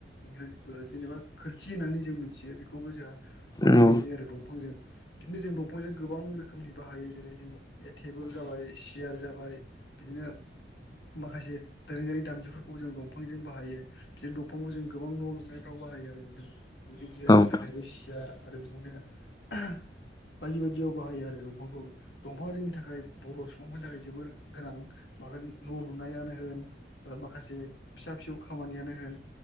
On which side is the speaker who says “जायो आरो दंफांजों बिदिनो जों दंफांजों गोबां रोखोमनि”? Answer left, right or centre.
Left